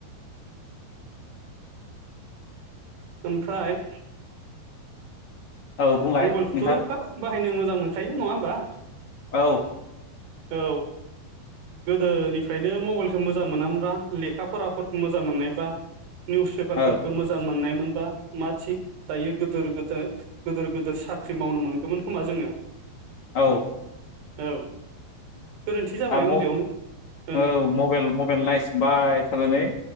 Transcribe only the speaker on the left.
औ बुंलाय
नोंथां
औ
औ
औ
<unintelligible> औ
मबाइल मबाइल नायसनबाय <unintelligible>